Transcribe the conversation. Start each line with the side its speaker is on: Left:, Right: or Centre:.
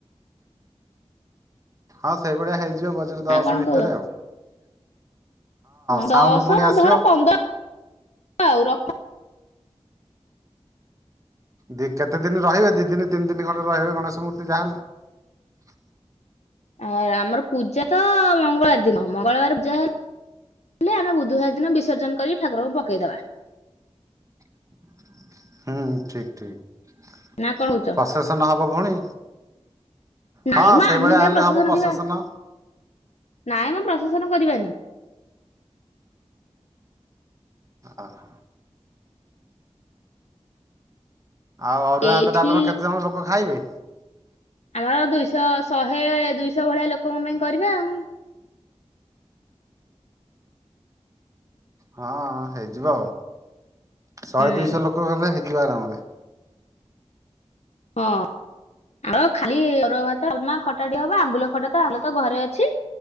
Right: ହଁ ସେଇଭଳିଆ ହେଇଯିବ ବଜାର ଦଅଶ
Left: ନା କଣ
Right: ଭିତରେ
Left: କହୁଛ
Right: ଆଉ।
Left: ହଁ
Right: ସାଉଣ୍ଡ
Left: ଦଶ
Right: ପୁଣି ଆସିବ
Left: ଧର ପନ୍ଦର ଆଉ ରଖ।
Right: ଦି କେତେ ଦିନ ରହିବେ ଦି ଦିନ ତିନି ଦିନ ଖଣ୍ଡେ ରହିବେ ଗଣେଶ ମୂର୍ତ୍ତି ଯାହାହେଲେ।
Left: ଆ ଆମର ପୂଜା ତ ମଙ୍ଗଳବାର ଦିନ ମଙ୍ଗଳବାର ପୂଜା ହେଲେ ହେଲେ ଆମେ ବୁଧବାର ଦିନ ବିସର୍ଜନ କରି ଠାକୁରଙ୍କୁ ପକେଇଦେବା।
Right: <inaudible> ହୁଁ ଠିକ ଠିକ
Left: ନା କଣ କହୁଛ?
Right: ପ୍ରସେସ ନ ହବ ଭଉଣୀ?
Left: ନାଇଁ
Right: ହଁ
Left: ମ
Right: ସେଇଭଳିଆ
Left: ଆମେ କାହିଁ
Right: ଏଲେ
Left: ପ୍ରଶେସନ
Right: ହବ ପ୍ରସେସନ।
Left: କରିବା ନାଇଁ ମୁ ପ୍ରଶାସନ କରିବାନି।
Right: ଓୋହ ଆଉ ଅରୁଆ
Left: ଏଇଠି
Right: ହାତ ଡାଲ୍ମା କେତେ ଜଣ ଲୋକ ଖାଇବେ?
Left: ଆମର ଦୁଇଶହ ଶହେ ଦୁଇଶହ ଭଳିଆ ଲୋକଙ୍କ ପାଇଁ କରିବା ଆଉ।
Right: ହଁ ହେଇଯିବ ଆଉ ଶହେ
Left: ହୁଁ
Right: ଦୁଇଶହ ଲୋକ ହେଲେ ହେଇ ଯି। ବା ଆରାମରେ
Left: ହଁ। ଆଉ ଖାଲି ଭାତ ଖଟାଟି ହବ ଆମ୍ବୁଲ ଖଟା ତ ଆମ ତ ଘରେ ଅଛି।